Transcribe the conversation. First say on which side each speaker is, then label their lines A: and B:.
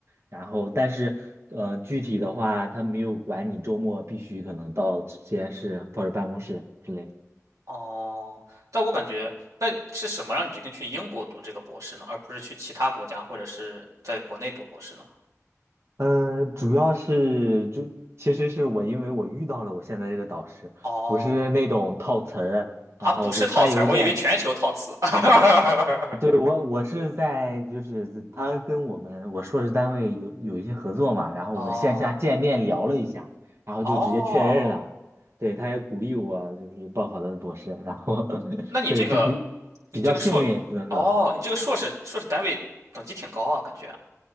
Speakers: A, on the right; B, on the right.
A: 然后但是呃具体的话，他没有管你周末必须可能到实验室或者办公室之类的。嗯
B: 哦，但我感觉，但是什么让你决定去英国读这个博士呢，而不是去其他国家或者是在国内读博士呢？
A: 呃，主要是就其实是我因为我遇到了我现在这个导师，
B: 哦。
A: 不是那种套词儿，
B: 啊，
A: 然后就发邮件。
B: 不是套词儿，我以为全球套词。<laughs>
A: 对，我我是在就是他跟我们我硕士单位有有一些合作嘛，然后我们线下见面聊了一下，
B: 哦
A: 然后就直接确认了。
B: 哦，
A: 对，他也鼓励我就是报考的博士，然后 <laughs>
B: 那你这个，
A: 对就比比较幸运，
B: 你这个硕，
A: 只能说，
B: 哦，你这个硕士硕士单位等级挺高啊，感觉